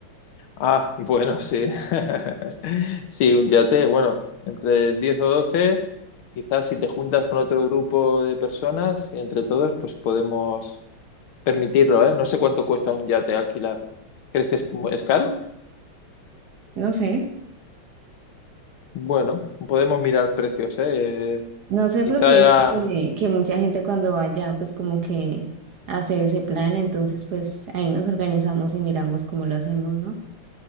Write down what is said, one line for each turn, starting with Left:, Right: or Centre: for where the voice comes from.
Left: Ah, bueno, sí. <laughs> Sí, un yate, bueno, entre 10 o 12, quizás si te juntas con otro grupo de personas y entre todos, pues podemos permitirlo, ¿eh? No sé cuánto cuesta un yate alquilar. ¿Crees que es, es caro?
Right: No sé,
Left: Bueno, podemos mirar precios, ¿eh? Eh,
Right: no sé,
Left: Quizá,
Right: pero sí es que, que mucha gente cuando vaya, pues como que hace ese plan, entonces pues ahí nos organizamos y miramos cómo lo hacemos, ¿no?